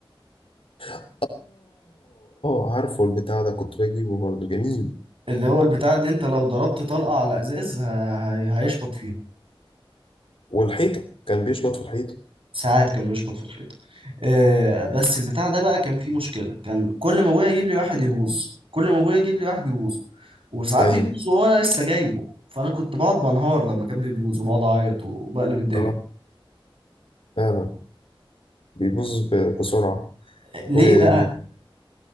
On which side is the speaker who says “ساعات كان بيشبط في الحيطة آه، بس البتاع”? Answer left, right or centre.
Right